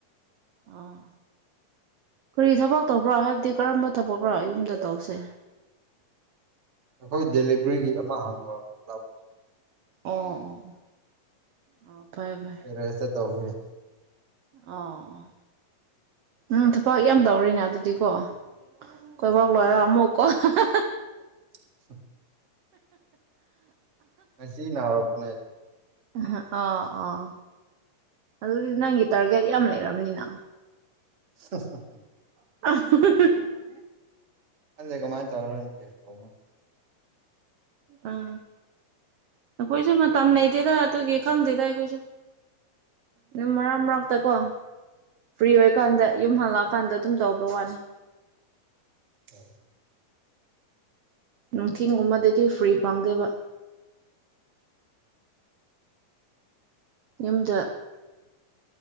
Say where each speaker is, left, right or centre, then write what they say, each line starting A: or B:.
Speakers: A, on the right (about 70°); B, on the right (about 30°).
A: ꯑꯣ ꯀꯔꯤ ꯊꯕꯛ ꯇꯧꯕ꯭ꯔꯥ? ꯍꯥꯏꯕꯗꯤ ꯀꯔꯝꯕ ꯊꯕꯛꯔꯥ ꯌꯨꯝꯗ ꯇꯧꯁꯦ?
B: ꯑꯈꯣꯏ ꯗꯦꯂꯤꯚꯔꯤꯒꯤ ꯑꯃ ꯍꯥꯡꯗꯣꯛꯔꯛꯄ <unintelligible>
A: ꯑꯣ ꯑꯣ ꯑꯣ ꯑꯥ ꯐꯩ ꯐꯩ
B: ꯇꯦꯔꯦꯁꯇꯥ ꯇꯧꯕꯒꯤ
A: ꯑꯣ ꯑꯣ ꯅꯪ ꯊꯕꯛ ꯌꯥꯝ ꯇꯧꯔꯤꯅꯦ ꯑꯗꯨꯗꯤꯀꯣ ꯀꯣꯏꯕꯛ ꯂꯣꯏꯔ ꯑꯃꯨꯛ ꯀꯣ <unintelligible>
B: <inaudible> ꯉꯁꯤꯅ ꯍꯧꯔꯛꯄꯅꯦ
A: <unintelligible> ꯑꯣ ꯑꯣ ꯑꯗꯨꯗꯤ ꯅꯪꯒꯤ ꯇꯥꯔꯒꯦꯠ ꯌꯥꯝ ꯂꯩꯔꯝꯅꯤꯅ?
B: <unintelligible>
A: <unintelligible>
B: ꯈꯪꯗꯦ ꯀꯃꯥꯏꯅ ꯇꯧꯔꯥ <unintelligible>
A: ꯑꯥ ꯑꯩꯈꯣꯏꯁꯨ ꯃꯇꯝ ꯂꯩꯇꯦꯗ ꯑꯗꯨꯒꯤ ꯈꯪꯗꯦꯗ ꯑꯩꯈꯣꯏꯁꯨ ꯗꯨꯝ ꯃꯔꯛ ꯃꯔꯛꯇ ꯀꯣ ꯐ꯭ꯔꯤ ꯑꯣꯏꯀꯥꯟꯗ ꯌꯨꯝ ꯍꯜꯂꯛꯑꯀꯥꯟꯗ ꯑꯗꯨꯝ ꯇꯧꯕ ꯋꯥꯅꯤ
B: <unintelligible>
A: ꯅꯨꯡꯊꯤꯟꯒꯨꯝꯕꯗꯗꯤ ꯐ꯭ꯔꯤ ꯐꯪꯗꯦꯕ ꯌꯨꯝꯗ